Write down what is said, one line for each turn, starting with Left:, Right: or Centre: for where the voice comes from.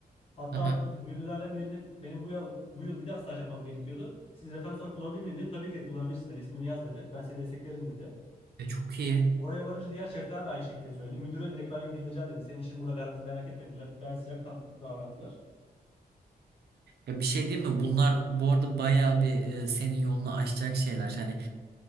Left: Hatta
Right: aha.
Left: müdürlerden birine benim bu yıl bu yıl bir daha staj yapmam gerekiyordu. Siz referans olarak kullanabilir miyim dedi. Tabii ki de kullanabilirsin dedi. İsmimi yaz dedi. Ben seni desteklerim dedi.
Right: E, çok iyi.
Left: Oraya varınca diğer şefler de aynı şekilde söyledi. Müdüre direkt ben bildireceğim dedi. Senin işin burada garanti merak etmediler. Gayet sıcakkan davrandılar.
Right: Ya bir şey değil mi? Bunlar bu arada bayağı bir e, senin yolunu açacak şeyler. Hani